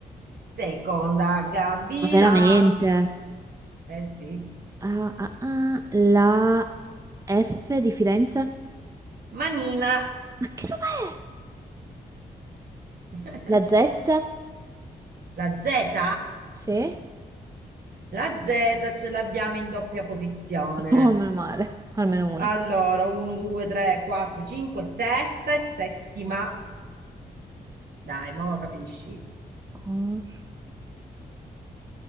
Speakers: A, on the right (about 65°); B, on the right (about 20°).
A: Seconda gambina.
B: Ma veramente?
A: Eh sì.
B: Ah, ah, ah, La F di Firenze?
A: Manina.
B: Ma che roba è?
A: <laughs>
B: La Z?
A: La Z?
B: Sì? <laughs>
A: La Z ce l'abbiamo in doppia posizione.
B: Oh, meno male, almeno una.
A: Allora, 1, 2, 3, 4, 5, sesta e settima. Dai, mo lo capisci.
B: Corso?